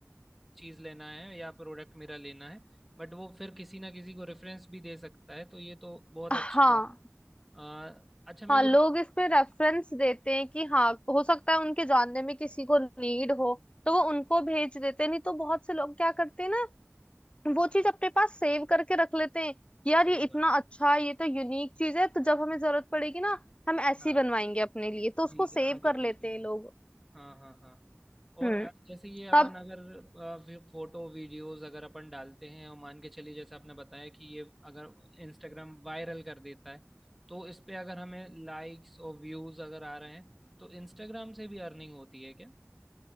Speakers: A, in the centre; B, on the left (about 20°).
A: चीज लेना है या प्रोडक्ट मेरा लेना है बट वो फिर किसी ना किसी को रेफरेंस भी दे सकता है तो ये तो बहुत
B: हाँ
A: अच्छी बात अ, अच्छा मैं
B: हाँ
A: ये
B: लोग इसमें रेफरेंस देते हैं कि हाँ हो सकता है उनके जानने में किसी को नीड हो तो वो उनको भेज देते हैं नहीं तो बहुत से लोग क्या करते हैं ना वो चीज अपने पास सेव करके रख लेते हैं कि यार
A: सही
B: ये इतना
A: बात
B: अच्छा है ये तो यूनिक चीज है तो जब हमें जरूरत पड़ेगी ना हम ऐसी
A: हाँ
B: बनवाएंगे अपने लिए तो उसको
A: जी
B: सेव
A: आगे
B: कर
A: के
B: लेते
A: लिए
B: हैं लोग
A: हाँ हाँ हाँ और
B: हम्म
A: अ, जैसे ये अपन
B: तब
A: अगर फोटो वीडियोस अगर अपन डालते हैं और मान के चलिए जैसे आपने बताया कि ये अगर इंस्टाग्राम वायरल कर देता है तो इस पे अगर हमें लाइक्स और व्यूज अगर आ रहे हैं तो इंस्टाग्राम से भी अर्निंग होती है क्या